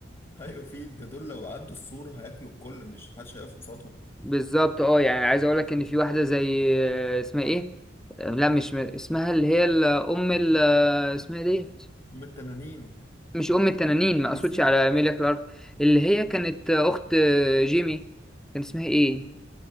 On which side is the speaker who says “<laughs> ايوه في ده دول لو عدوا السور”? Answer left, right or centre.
Left